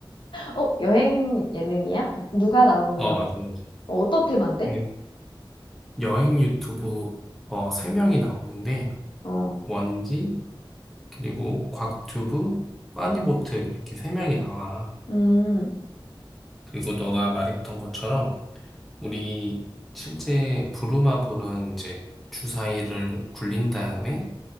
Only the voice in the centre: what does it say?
어, 맞아, 맞아.
그 여행 유튜브 어, 세 명이 나오는데
원지 그리고 곽튜브 빠니보틀
이렇게 세 명이 나와.
그리고 너가 말했던 것처럼 우리 실제 부루마블은 이제 주사위를 굴린 다음에